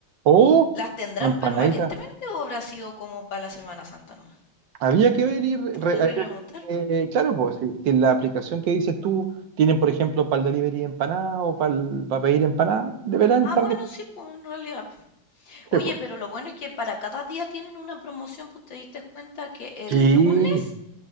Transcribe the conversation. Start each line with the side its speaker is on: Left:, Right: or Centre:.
Right: Oh,
Left: ¿Las tendrán
Right: empanadita.
Left: permanentemente o habrá sido como para la Semana Santa nomás?
Right: Había que ver y re- re-
Left: Habría
Right: había-
Left: que preguntar.
Right: eh,
Left: po.
Right: claro, pues si, si la aplicación que dices tú tienen, por ejemplo, para el delivery de empanada o para, para pedir empanada, deberán
Left: Ah,
Right: estar
Left: bueno, sí, pues en realidad. po.
Right: disponibles.
Left: Oye,
Right: po.
Left: pero lo bueno es que para cada día tienen una promoción, pues te diste cuenta que el
Right: Sí,
Left: lunes,